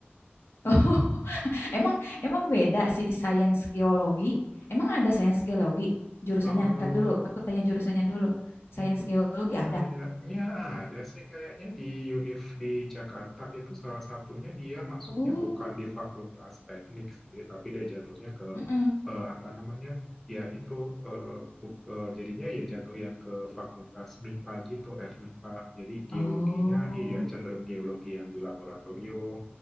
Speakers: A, on the left; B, in the centre.
A: Oh, emang emang beda sih sains geologi. Emang ada sains geologi jurusannya?
B: eh
A: Ntar dulu, aku tanya jurusannya dulu. Sains
B: itu
A: geologi
B: Kayaknya
A: ada.
B: ada sih, kayaknya di UNIF di Jakarta itu salah satunya dia masuknya
A: Oh,
B: bukan di Fakultas Teknik sih, tapi dia jatuhnya ke
A: mm-mm.
B: eh, apa namanya? Ya itu eh, buk- eh, jadinya ya jatuh yang ke Fakultas MIPA gitu, FMIPA. Jadi geologinya
A: Oh,
B: iya cenderung geologi yang di laboratorium,